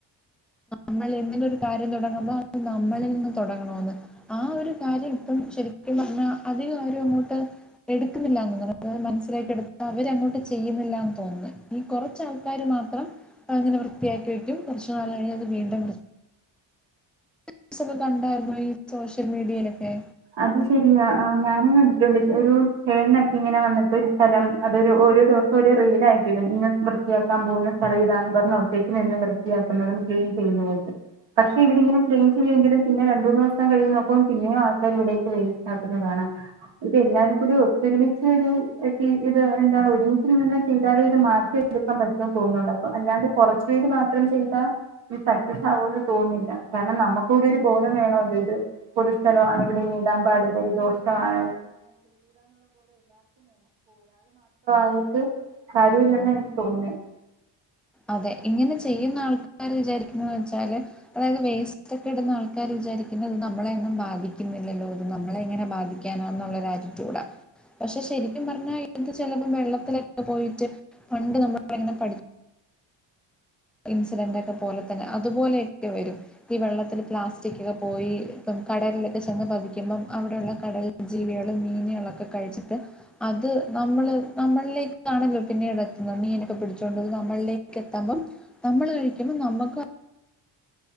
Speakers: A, in the centre; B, on the right.
A: നമ്മൾ ഇങ്ങനെ ഒരു കാര്യം തുടങ്ങുമ്പം അത് നമ്മളിൽ നിന്ന് തുടങ്ങണന്ന് ആ ഒരു കാര്യം ഇപ്പം ശരിക്കും <unintelligible> അധികം അവരും അങ്ങോട്ട് എടുക്കുന്നില്ലന്ന്ത് മനസ്സിലാക്കി എടുത്ത് അവരങ്ങോട്ട് ചെയ്യുന്നില്ല ത ഈ കുറച്ച ആൾക്കാർ മാത്രം അങ്ങനെ വൃത്തിയാക്കി വക്കും കുറച്ച് നാള് അത് വീണ്ടും ന്യൂസൊക്കെ കണ്ടായിരുന്നോ ഈ സോഷ്യൽ മീഡിയയിലൊക്കെ
B: അത് ശരിയാ ഞാനും കണ്ടിട്ടൊണ്ട് ഒരു ചേന്നക്കെ ഇങ്ങനെ വന്നിട്ട് ഒരു സ്ഥലം അതൊരു ഒരു ദിവസം ഒരു റീൽ ആയിട്ടിടും ഇന്ന് വൃത്തിയാക്കാൻ പോകുന്ന സ്ഥലം ഇതാന്ന് പറഞ്ഞ് അവത്തേക്കും നിന്ന് വൃത്തിയാക്കുന്നതും ക്ലീൻ ചെയ്യുന്നതായിട്ട് പക്ഷെ ഇവരിങ്ങനെ ക്ലീൻ ചെയ്യുമെങ്കിലും പിന്നെ രണ്ടൂ ദിവസം കഴിയും നോക്കുമ്പം പിന്നെയും അവര് ഇവിടെയൊക്കെ വരൂ ഇതാക്കുന്ന കാണാം എല്ലാർക്കും ഒത്തൊമിച്ച് ഒരു ഇത് എന്താ ഒരുമിച്ച് നിന്ന് ചെയ്താലേ ഇത് മാറ്റിയെടുക്കാൻ പറ്റുമെന്ന് തോന്നുന്നുണ്ട് അപ്പൊ അല്ലാണ്ട് കുറച്ച് പേര് മാത്രം ചെയ്താ സക്സസ് ആകുമെന്ന് തോന്നുന്നില്ല കാരണം നമ്മുക്ക കൂടെ ഒരു ബോധം വേണോല്ലോ ഇത് പൊതുസ്ഥലം ആണ് മിണ്ടാൻ പാടില്ല ഇത് ദോഷമാണ് ആയിട്ട് കാര്യമില്ലെന്ന് എനിക്ക് തോന്നുന്നെ
A: അതെ ഇങ്ങനെ ചെയ്യുന്ന ആൾക്കാര് വിചാരിക്കുന്നന്ന് വെച്ചാല് അതായത് വേസ്റ്റ് ഒക്കെ ഇടുന്ന ആൾക്കാര് വിചാരിക്കുന്നത് നമ്മളെൊന്നും ബാധിക്കുന്നില്ലല്ലോ ഇത് നമ്മളെ എങ്ങനെ ബാധിക്കാനാ എന്നുള്ളൊ ആറ്റിറ്റ്യൂഡാ പക്ഷെ ശരിക്കും പറഞ്ഞ ഇപ്പേഴത്തെ ചിലപ്പോ വെള്ളത്തിലൊക്കെ പോയിട്ട് പണ്ട് നമ്മൾ ഇങ്ങനെ പഠി ഇൻസിഡന്റ് ഒക്കെ പോലെ തന്നെ അതുപോലെയൊക്കെ വരും ഈ വെള്ളത്തിൽ പ്ലാസ്റ്റിക് ഒക്കെ പോയി ഇപ്പം കടലിലൊക്കെ ചെന്ന് പതിക്കുമ്പം അവിടെയുള്ള കടൽ ജീവികളും മീനുകളൊക്കെ കഴിച്ചിട്ട് അത് നമ്മള് നമ്മളിലേക്കാണല്ലോ പിന്നെ ഇട എത്തുന്നു മീനൊക്കെ പിടിച്ചുകോണ്ടത് നമ്മളിലേക്ക് എത്തുമ്പം നമ്മൾ കഴിക്കുമ്പം നമ്മുക്ക്